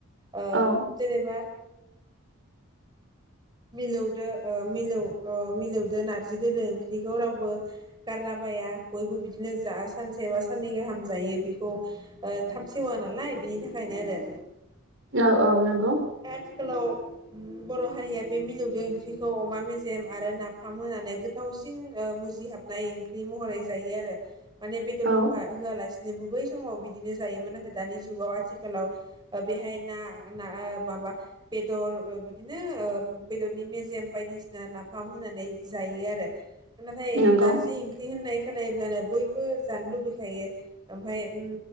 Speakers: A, on the right (about 20°); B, on the right (about 60°).
A: ओ
B: औ
A: जेनेबा मिलौदो ओ मिलौ ओ मिलौदो नारजि दोलो ओंख्रिखौ रावबो गारलाबाया बयबो बिदिनो जा सानसेबा साननै गाहाम जायो बिखौ ओ थाब सेवा नालाय बिनि थाखायनो आरो
B: ओ औ नोंगौ
A: आथिखालाव बर' हारिया बे मिलौदो ओंख्रिखौ अमा मेजेम आरो नाफाम होनानै गोथावसिन ओ मुजिहाबनाय ओंख्रि महरै जायो आरो माने बेदर
B: औ
A: होफा होआलासिनो जेनबो बै समाव बि बिदिनो जायोमोन नाथाय दानि जुगाव आथिखालाव बेहाय ना ना ओ माबा बेदर बिदिनो ओ बेदरनि मेजेम बायदिसिना नाफाम होनानै जायो आरो नाथाय
B: नंगौ
A: नारजि ओंख्रि होननाय खोनायोब्लानो बयबो जानो लुबैखायो ओमफाय उम